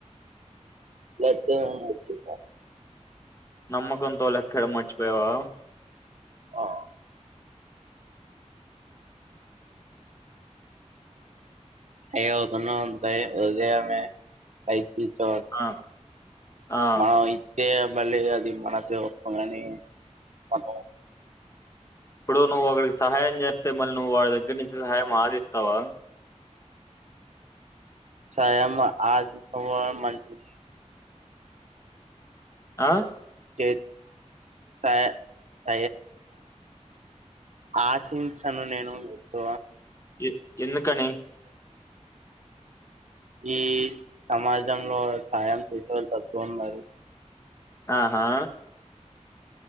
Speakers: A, on the right; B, on the left.
A: లెక్కేయకుండా వచ్చేసా
B: నమ్మకంతో లెక్కేయడం మర్చిపోయావా
A: ఆ ఏతున్నా <unintelligible> లైక్
B: ఆ ఆ
A: మా అయితే మళ్ళీ అది మనసు ఒప్పగాని మనం
B: ఇప్పుడు నువ్వు ఒకడికి సహాయం చేస్తే మళ్ళీ నువ్వు వాళ్ దగ్గర నుంచి సహాయం ఆశిస్తావా
A: సయంమ ఆజు <unintelligible>
B: ఆ
A: చే స స ఆశిసను నేను చె
B: ఎ ఎందుకని
A: ఈ సమాజంలో సాయం చేసేవాళ్లు తక్కువ ఉన్నారు
B: ఆహా